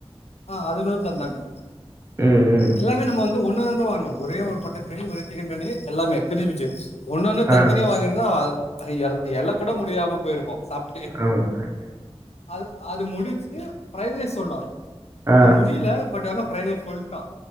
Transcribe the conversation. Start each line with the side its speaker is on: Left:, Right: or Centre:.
Left: ஆஹ் அதுல தந்தாங்க
Right: ம் ம்
Left: எல்லாமே நம்ம வந்து ஒன்னாருந்தா வாங்குணோ ஒரே ஒரு மட்டன் பிரியாணி ஒரே சிக்கன் பிரியாணி எல்லாம பிரிப்பிரிச்சி ஒன்னொன்னு தனித்
Right: ஆ
Left: தனியா வாங்கியிருந் ஆஹ் <unintelligible> இல கூட முடியாம போயிருக்கோ சாப்டுட்டு
Right: ஆமா
Left: அது அது முடிச்சிட்டு ஃப்ரைட் ரைஸ் சொன்னோ
Right: ஆ
Left: இது முடியல பட் அதான் ஃப்ரைட் ரைஸ் சொல்லிட்டான்